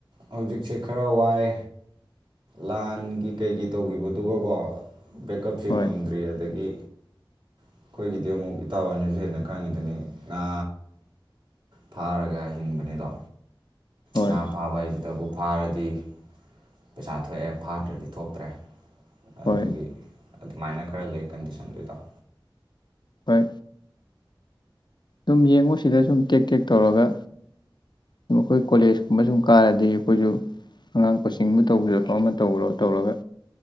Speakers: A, on the right; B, on the left.
A: ꯍꯧꯖꯤꯛꯁꯦ ꯈꯔ ꯋꯥꯏ ꯂꯥꯟꯒꯤ ꯀꯩꯒꯤ ꯇꯧꯈꯤꯕꯗꯨꯒꯀꯣ ꯕꯦꯛꯀꯞꯁꯤ
B: ꯍꯣꯏ
A: ꯉꯝꯗ꯭ꯔꯤ ꯑꯗꯒꯤ ꯑꯩꯈꯣꯏꯒꯤꯗꯤ ꯑꯃꯨꯛ ꯏꯇꯥꯎ ꯍꯣꯏꯅꯥꯁꯨ ꯍꯦꯟꯅ ꯈꯪꯉꯤꯗꯨꯅꯤ ꯉꯥ ꯐꯥꯔꯒꯥ ꯍꯤꯡꯕꯅꯤꯗꯣ
B: ꯍꯣꯏ
A: ꯉꯥ ꯐꯕ ꯍꯥꯏꯖꯤꯇꯕꯨ ꯐꯥꯔꯗꯤ ꯄꯩꯁꯥ ꯊꯣꯛꯑꯦ ꯐꯥꯗ꯭ꯔꯗꯤ ꯊꯣꯛꯇ꯭ꯔꯦ ꯑꯗꯨꯗꯨꯒꯤ
B: ꯍꯣꯏ
A: ꯑꯗꯨꯃꯥꯏꯅ ꯈꯔ ꯂꯩ ꯀꯟꯗꯤꯁꯟꯗꯨ ꯏꯇꯥꯎ
B: ꯍꯣꯏ ꯁꯨꯝ ꯌꯦꯡꯉꯨ ꯁꯤꯗ ꯁꯨꯝ ꯇꯦꯛ ꯇꯦꯛ ꯇꯧꯔꯒ ꯁ ꯑꯩꯈꯣꯏ ꯀꯣꯂꯦꯖ ꯀꯨꯝꯕ ꯁꯨꯝ ꯀꯥꯔꯗꯤ ꯑꯩꯈꯣꯏꯁꯨ ꯑꯉꯥꯡ ꯀꯣꯆꯤꯡꯕꯨ ꯇꯧꯕꯤꯔꯁꯨ ꯑꯃ ꯇꯧ ꯇꯧꯔꯒ